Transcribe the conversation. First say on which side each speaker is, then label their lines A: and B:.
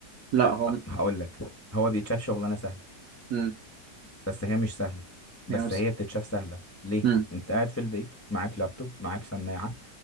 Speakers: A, on the right; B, on the left.
A: لا هو
B: هقول لك هو بيتشاف شغلانه سهله
A: مم.
B: بس هي مش سهله بس
A: يعني مس...
B: هي بتتشاف سهله ليه
A: مم.
B: انت قاعد في البيت معاك لابتوب معاك سماعه